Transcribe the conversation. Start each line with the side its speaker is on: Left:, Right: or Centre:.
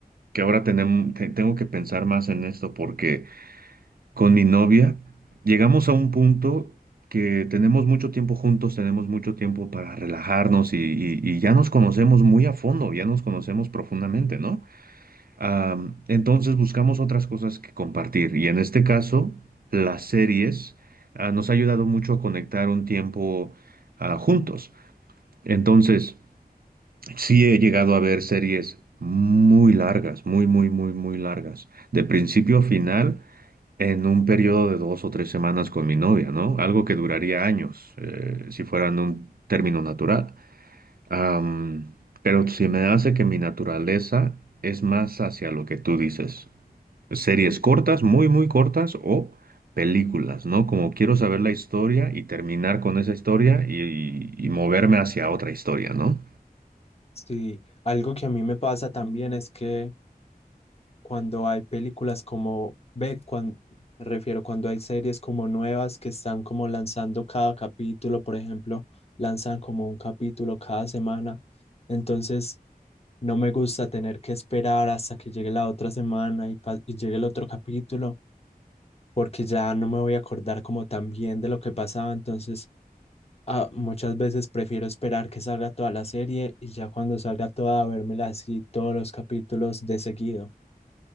Right: que ahora tenem- te- tengo que pensar más en esto porque con mi novia llegamos a un punto que tenemos mucho tiempo juntos, tenemos mucho tiempo para relajarnos y, y y ya nos conocemos muy a fondo, ya nos conocemos profundamente, ¿no? Am, entonces buscamos otras cosas que compartir y en este caso las series ah, nos ha ayudado mucho a conectar un tiempo ah, juntos. Entonces sí he llegado a ver series muy largas, muy, muy, muy, muy largas, de principio a final en un periodo de dos o tres semanas con mi novia, ¿no? Algo que duraría años eh, si fueran un término natural. Am, pero se me hace que mi naturaleza es más hacia lo que tú dices. Series cortas, muy, muy cortas o películas, ¿no? Como quiero saber la historia y terminar con esa historia y, y moverme hacia otra historia, ¿no?
Left: Sí, algo que a mí me pasa también es que cuando hay películas como, ve, cuando, refiero cuando hay series como nuevas que están como lanzando cada capítulo, por ejemplo, lanzan como un capítulo cada semana. Entonces, no me gusta tener que esperar hasta que llegue la otra semana y, pa- y llegue el otro capítulo, porque ya no me voy a acordar como tan bien de lo que pasaba. Entonces, ah, muchas veces prefiero esperar que salga toda la serie y ya cuando salga toda, vérmela así todos los capítulos de seguido.